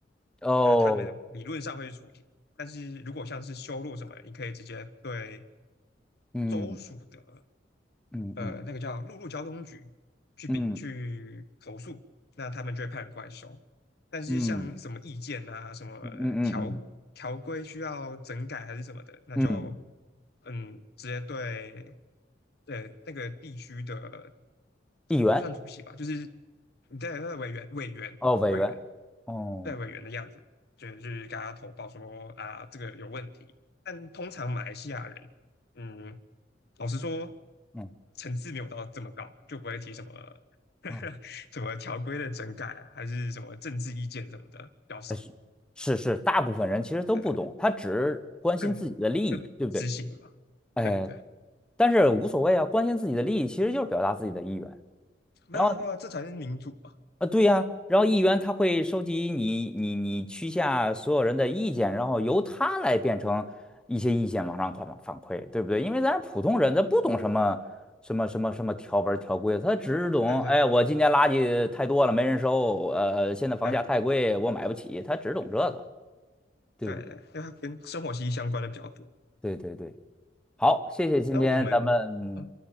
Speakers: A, in the centre; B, on the left.
A: 哦，
B: 那他们理论上会去处理。但是如果像是修路什么，你可以直接对
A: 嗯
B: 州属的
A: 嗯嗯
B: 呃那个叫陆路交通局去比去投诉，
A: 嗯
B: 那他们就会派人过来收。但是像什么意见啊、
A: 嗯
B: 什么条条规需要整改还是什么的，
A: 嗯嗯嗯
B: 那就
A: 嗯，嗯
B: 嗯直接对对那个地区的
A: 议员
B: 不算主席吧，就是你在那委员委员委员
A: 哦，委员，哦，
B: 在委员的样子，就是给他投报说啊这个有问题。但通常马来西亚人嗯。老实说，
A: 嗯
B: 层次没有到这么高，就不会提什么 <laughs>
A: 啊，
B: 什么条规的整改，还是什么政治意见什么的，比较少。
A: 呃是是是，大部分人其实都不懂，
B: 对对
A: 他只关心自己的利益，
B: 对，对就执行嘛。
A: 对不对？哎，
B: 对对，
A: 但是无所谓啊，关心自己的利益其实就是表达自己的意愿。
B: 那对啊，
A: 然后。
B: 这才是民主嘛。
A: 啊，对呀，然后议员他会收集你你你区下所有人的意见，然后由他来变成一些意见往上反反馈，对不对？因为咱普通人他不懂什么什么什么什么条文条规，他只懂哎，
B: 对对对
A: 我今年垃圾太多了，没人收，呃，现在房价太贵，
B: 对，
A: 我买不起，他只懂这个，
B: 嗯
A: 对不对？
B: 对对，因为它跟生活息息相关的比较多。
A: 对对对，好，谢谢今天咱们，
B: 那我们嗯，